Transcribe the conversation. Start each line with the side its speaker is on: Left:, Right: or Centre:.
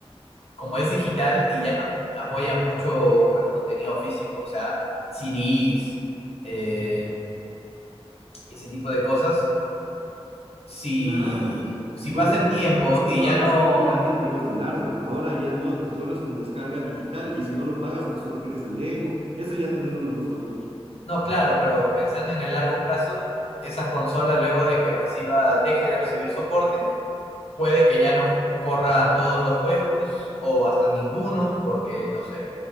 Left: como es digital y ya no apoya mucho el contenido físico, o sea, CDs, eh, ese tipo de cosas. Si,
Right: Claro,
Left: si
Right: porque
Left: pasa
Right: por
Left: el tiempo
Right: ejemplo antes comprabas
Left: y ya no
Right: tu CD pirata y te ibas de largo, ahora ya no, que solo es con descarga digital y si no lo pagas pues solo tienes el demo, eso ya también no me gusta mucho,
Left: No, claro, pero pensando en el largo plazo, esa consola luego de que reciba, deje de recibir soporte, puede que ya no corra todos los juegos o hasta ninguno, porque no sé,